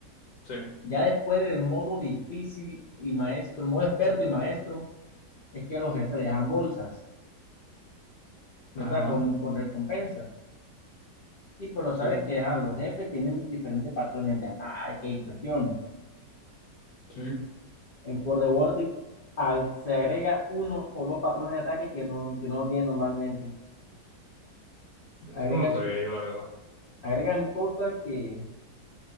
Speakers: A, on the left; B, on the left.
A: Sí,
B: Ya después del modo difícil y maestro, modo experto y maestro, es que los jefes dejan bolsas, ¿verdad?
A: ajá,
B: Con, con recompensas. Y pero
A: sí,
B: sabe que ajá, los jefes tienen diferentes patrones de ataque y cuestiones.
A: sí.
B: En For the Vortex al- se agrega uno o dos patrones de ataque que no, que no tienen normalmente.
A: Eso
B: Agregan,
A: no lo sabía yo, la verdad.
B: agregan cosas que,